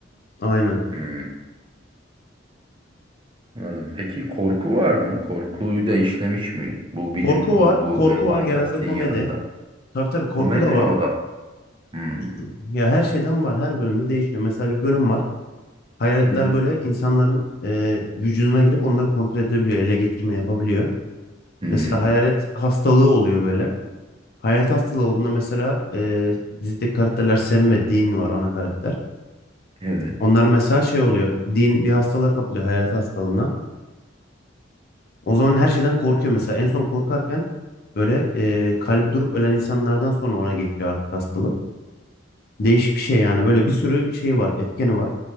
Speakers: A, on the left; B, on the right.
A: Aynen.
B: Hmm, anladım. Peki korku var mı? Korkuyu da işlemiş mi? Bu bilim
A: Korku
B: kurgu
A: var. Korku
B: ve
A: var
B: fantastiğin
A: genelde komedi.
B: yanında.
A: Tabii tabii korku
B: Komedi
A: da var.
B: o da. Hmm,
A: <clears throat> Ya her şeyden var. Her bölümde değişiyor. Mesela bir bölüm var. Hayaletler
B: Hı hı.
A: böyle insanların e, vücuduna girip onları kontrol edebiliyor. Ele geçirme yapabiliyor.
B: Hmm,
A: Mesela hayalet hastalığı oluyor böyle. Hayalet hastalığı olduğunda mesela e, dizideki karakterler Sam ve Dean var ana karakter.
B: Evet.
A: Onlar mesela şey oluyor. Dean bir hastalığa kapılıyor hayalet hastalığına. O zaman her şeyden korkuyor mesela. En son korkarken böyle e, kalbi durup ölen insanlardan sonra ona geçiyor artık hastalık. Değişik bir şey yani. Böyle bir sürü şey var. Etkeni var.